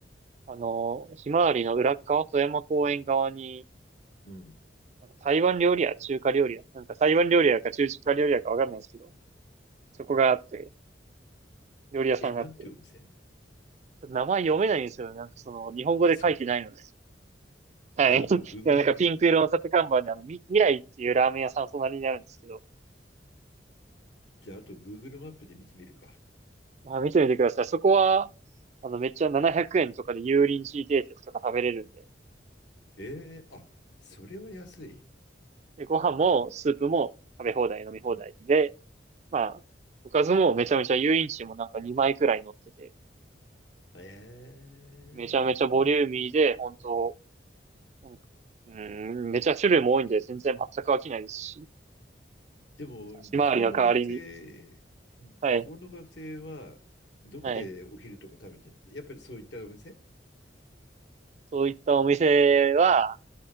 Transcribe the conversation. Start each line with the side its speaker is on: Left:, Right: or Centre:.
Right: あの、ひまわりの裏側、富山公園側に、
Left: うん
Right: なんか台湾料理屋、中華料理屋。なんか台湾料理屋か中華料理屋かわかんないんですけど、そこがあって、料理屋さんがあって。
Left: え、なんていうお店
Right: ちょっと名前読めないんですよね。なんかその、日本語で書いてないので。
Left: あ、そうか。
Right: はい。
Left: じゃあ、あと
Right: <laughs>
Left: Google
Right: いやなんかピンク色の立て看板で、
Left: マ、
Right: あの、み、未来っていうラーメン屋さん隣にあるんですけど、
Left: じゃあ、あと Google マップで見てみるか。
Right: まあ、見てみてください。そこは、あの、めっちゃ700円とかで油淋鶏定食とか食べれるんで、
Left: えー、あ、それは安い。
Right: で、ご飯もスープも食べ放題、飲み放題で、
Left: うん。
Right: まあ、おかずもめちゃめちゃ油淋鶏もなんか2枚くらい乗ってて、
Left: えー、
Right: めちゃめちゃボリューミーで、本当なんかうーん、めちゃ種類も多いんで、全然全く飽きないですし、
Left: でも、理工の学生、
Right: ひまわりの代わりに。はい、
Left: 理工の学生は、どこでお昼とか食べてるんだやっぱりそういったお店
Right: はい。そういったお店は、